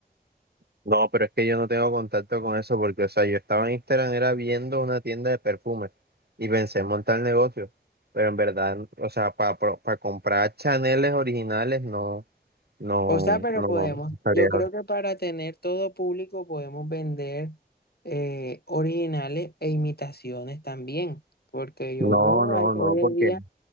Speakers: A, on the right; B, on the left.
A: No, pero es que yo no tengo contacto con eso, porque, o sea, yo estaba en Instagram, era viendo una tienda de perfumes, y pensé en montar el negocio, pero en verdad, o sea, para, para comprar Chaneles originales, no, no,
B: O sea, pero
A: no,
B: podemos,
A: no estaría...
B: yo creo que para tener todo público podemos vender eh, originales e imitaciones también, porque yo
A: No, no,
B: hay- hoy
A: no, porque
B: en día,